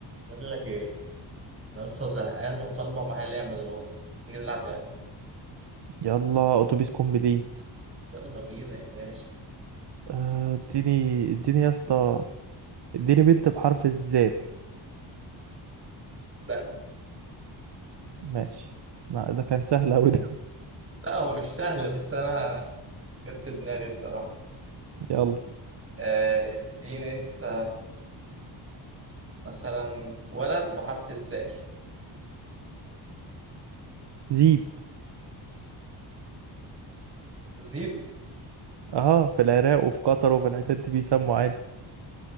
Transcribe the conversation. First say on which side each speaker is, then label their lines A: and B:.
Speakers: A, on the right (about 30°); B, on the right (about 60°).
A: بقول لك ايه انا لسه زهقان وطالبه معايا لعبه دلوقتي تيجي نلعب لعبه
B: يلا اتوبيس كومبليت
A: يلا بينا يا باشا
B: آه، اديني اديني يا اسطى اديني بنت بحرف الزال
A: ده
B: ماشي لا ده كان سهل اوي ده
A: لا هو مش سهل بس انا جت في دماغي بصراحه
B: <laughs> يلا
A: آه، اديني انت مثلا ولد بحرف الزال
B: زيب
A: زيب
B: اه في العراق وفي قطر وفي الحتت دي بيسموا عادي